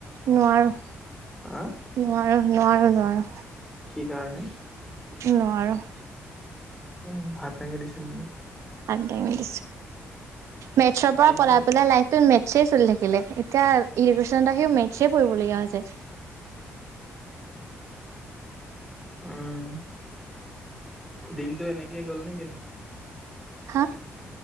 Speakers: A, on the right; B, in the centre.
A: নোৱাৰো নোৱাৰো
B: আহ
A: নোৱাৰো নোৱাৰো
B: কি কাৰণে
A: নোৱাৰো
B: উ ভাত দাঙি দিছে নেকি
A: আ দঙি দিছো মেথছৰ পৰা
B: দিনটো
A: পলাই পেলাই লাই মেটছে চলি থাকিলে এতিয়া ইৰিগেশ্যনত আহি মেটছে পঢ়লগীয়া হৈছে
B: উম দিনতটো এনেকেই গ'ল নে কিনো
A: হা